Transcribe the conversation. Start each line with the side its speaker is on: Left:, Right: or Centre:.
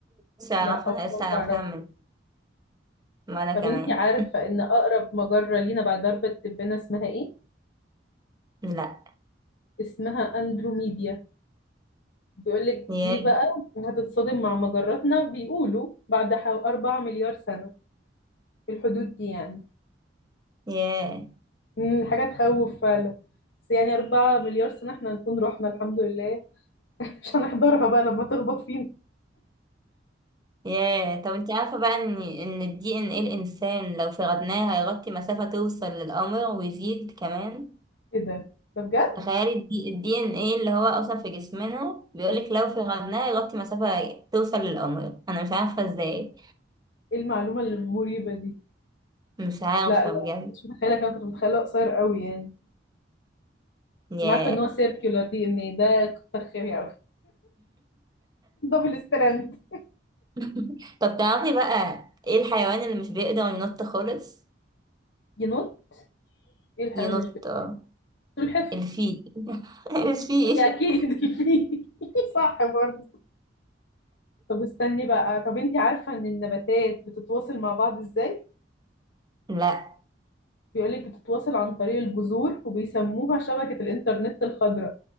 Right: مش عارفة
Left: لا أول
Right: أنا لسه
Left: مرة
Right: عارفاها
Left: أعرفها
Right: من وأنا
Left: طب
Right: كمان
Left: انتي عارفة إن أقرب مجرة لينا بعد درب التبانة اسمها إيه؟
Right: لأ
Left: اسمها أندروميدا بيقول لك
Right: ياه
Left: دي بقى هتتصادم مع مجراتنا بيقولوا بعد ح- 4 مليار سنة في الحدود دي يعني
Right: ياه
Left: مم، حاجة تخوف فعلا بس يعني 4 مليار سنة احنا نكون رحنا الحمد لله <laughs> مش هنحضرها بقى لما تخبط فينا
Right: ياه طب انت عارفة بقى ان ان الدي ان ايه الانسان لو فردناه هيغطي مسافة توصل للقمر ويزيد كمان
Left: ايه ده ده بجد
Right: تخيلي الدي الدي ان ايه اللي هو اصلا في جسمنا بيقولك لو في غضنها يغطي مسافة توصل للقمر انا مش عارفة ازاي
Left: ايه المعلومة المريبة دي
Right: مش عارفة
Left: لا لا
Right: بجد
Left: مش متخيلة كان كنت متخيلة قصير قوي يعني
Right: ياه
Left: انا عارفة ان هو سيركيولار دي ان ده كتر خيري قوي <laughs> دبل ستراند
Right: <laughs> طب تعرفي بقى ايه الحيوان اللي مش بيقدر ينط خالص
Left: ينط ايه الحيوان
Right: ينط
Left: اللي مش بينط
Right: اه
Left: سلحفاة
Right: الفيل <laughs> الفيل
Left: هي اكيد <laughs> الفيل <laughs> صح برضه طب استني بقى طب انت عارفة ان النباتات بتتواصل مع بعض ازاي؟
Right: لا
Left: بيقولك بتتواصل عن طريق الجذور وبيسموها شبكة الانترنت الخضراء